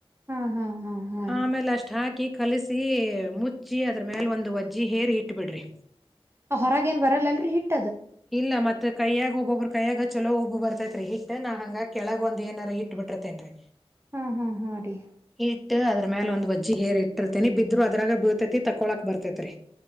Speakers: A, on the right; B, in the centre.
A: ಹಾ ಹಾ ಹಾ ಹಾ ರೀ
B: ಆಮೇಲೆ ಅಷ್ಟು ಹಾಕಿ ಕಲಸಿ ಮುಚ್ಚಿ ಅದ್ರ ಮ್ಯಾಲ ಒಂದು ವಜ್ಜಿ ಹೇರ್ ಇಟ್ಟ ಬಿಿಡ್ರಿ
A: ಆ ಹೊರಗ ಏನ್ ಬರಲ್ಲಲ್ರಿಿಟ್ಟು
B: ಇಲ್ಲ ಮತ್ತೆ ಕೈಯಾಗ ಒಬ್ಬೊಬ್ರು ಕೈಯಾಗ ಚಲೋ ಒಬ್ಬ ಬರ್ತೈತ್ ರರಿೀ ನಾನ್ ಹಂಗಗೆ ಕೆಳಗೊಂದ ಏನು ಾರ ಇಟ್ ಬಿಿತೇನ್ರಿ
A: ಹಾ ಹಾ ಹಾ ರೀ
B: ಇಟ್ಟ ಅದ್ರ ಮೇಲೆ ಒಂದು ವಜ್ಜ ಏ ಇಿರ್ತನಿ ಬಿದ್ರು ಅದ್ರಾಗ ಬ ಬಿತೈತಿ ತಕೊಳಾಕ್ ಬರ್ತೈತ್ರಿ